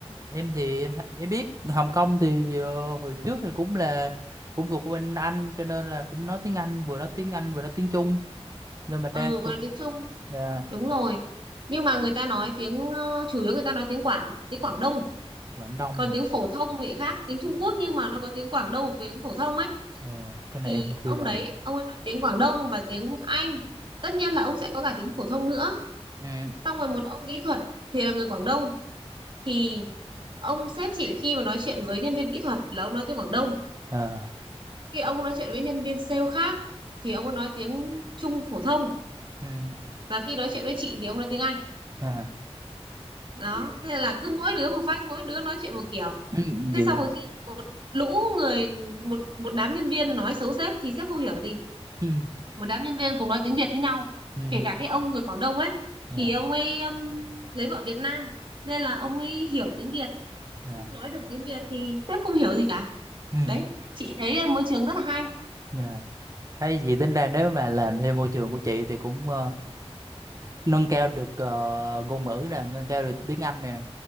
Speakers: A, on the right; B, on the right.
A: em thì em th- em biết Hồng Kông thì ờ, hồi trước thì cũng là cũng thuộc bên Anh cho nên là cũng nói tiếng Anh vừa nói tiếng Anh vừa nói tiếng Trung nên mà đa
B: ừ vừa
A: số
B: là tiếng Trung
A: dạ
B: đúng rồi nhưng mà người ta nói tiếng ờ, chủ yếu người ta nói tiếng Quảng tiếng Quảng Đông
A: Quảng Đông
B: còn tiếng phổ thông thì khác tiếng Trung Quốc nhưng mà nó có tiếng Quảng Đông và tiếng phổ thông ấy
A: ờ, cái
B: thì
A: này em chưa
B: ông
A: rành
B: đấy ông ấy nói tiếng Quảng Đông và tiếng Anh tất nhiên là ông sẽ có cả tiếng phổ thông nữa
A: ừ
B: xong rồi một ông kỹ thuật thì là người Quảng Đông thì ông sếp chị khi mà nói chuyện với nhân viên kỹ thuật là ông nói tiếng Quảng Đông
A: ờ
B: khi ông nói chuyện với nhân viên sale khác thì ông ấy nói tiếng Trung phổ thông
A: ừ
B: và khi nói chuyện với chị thì ông nói tiếng Anh
A: à
B: đó
A: vậy
B: thế là cứ mỗi đứa một phách mỗi đứa nói chuyện một kiểu
A: <clears throat>
B: thế
A: vậy
B: xong rồi khi một lũ người một một đám nhân viên nói xấu sếp thì sếp không hiểu gì
A: ừ
B: một đám nhân viên cùng nói tiếng Việt với nhau
A: ừ
B: kể cả cái ông người Quảng Đông ấy
A: dạ
B: thì ông ấy um, lấy vợ Việt Nam nên là ông ấy hiểu tiếng Việt
A: dạ
B: nói được tiếng Việt thì sếp không hiểu gì cả
A: ừ
B: đấy chị thấy là môi trường rất là hay
A: dạ hay gì tính ra nếu mà làm thêm môi trường của chị thì cũng ờ, nâng cao được ờ, ngôn ngữ nè nâng cao được tiếng Anh nè